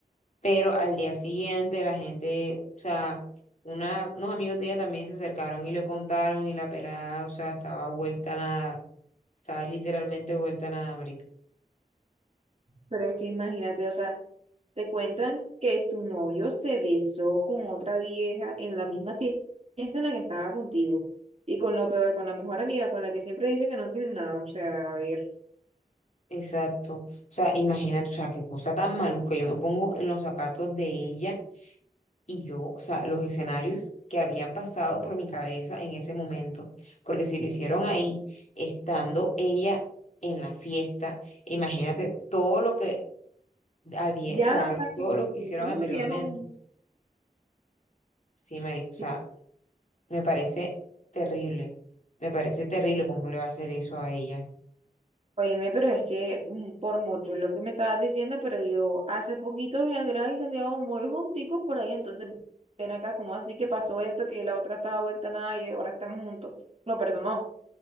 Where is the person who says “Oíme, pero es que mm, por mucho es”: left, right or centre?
Right